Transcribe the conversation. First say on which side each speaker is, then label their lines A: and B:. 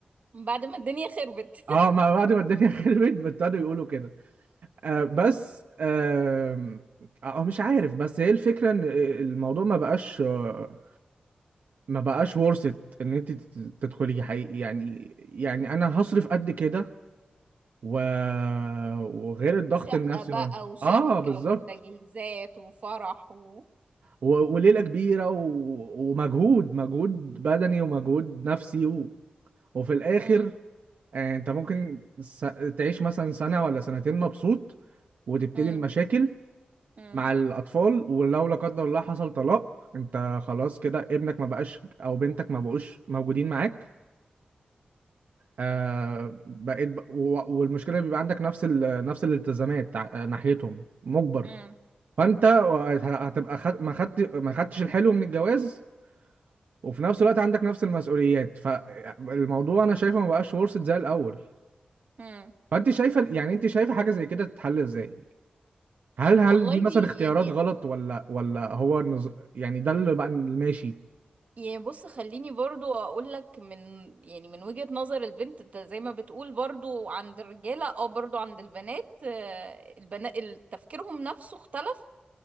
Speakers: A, on the right; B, on the right.
A: بعد ما الدنيا خربت
B: اه ما بعد ما الدنيا <laughs> خربت ابتدوا يقولوا كده آه بس آه آه مش عارف بس هي الفكرة ان آه، الموضوع ما بقاش آه، ما بقاش worth it ان انت تت- تدخلي حقيقي يعني يعني انا هصرف قد كده و... وغير
A: <laughs>
B: الضغط
A: شقة
B: النفسي
A: بقى
B: و...
A: وشبكة
B: اه بالظبط
A: وتجهيزات وفرح و...
B: و... وليلة كبيرة و... ومجهود مجهود بدني ومجهود نفسي و... وفي الاخر
A: مم.
B: آه، انت ممكن س... تعيش مثلا سنة ولا سنتين مبسوط وتبتدي
A: مم.
B: المشاكل
A: مم.
B: مع الأطفال ولو لا قدر الله حصل طلاق أنت خلاص كده ابنك ما بقاش أو بنتك ما بقوش موجودين معاك آه بقيت ب... و- والمشكلة بيبقى عندك نفس ال... نفس الالتزامات ع- ناحيتهم مجبر
A: مم.
B: فأنت هت- هتبقى خد... ما خدت ما خدتش الحلو من الجواز وفي نفس الوقت عندك نفس المسؤوليات فالموضوع أنا شايفه ما بقاش ورثة زي الأول
A: مم.
B: فأنت شايفة يعني أنت شايفة حاجة زي كده تتحل إزاي؟ هل
A: والله
B: هل دي مثلا اختيارات
A: يعني
B: غلط ولا ولا هو النظ... يعني ده اللي بقى ماشي
A: يعني بص خليني برضو اقول لك من يعني من وجهة نظر البنت انت زي ما بتقول برضو عند الرجالة او برضو عند البنات البنات تفكيرهم نفسه اختلف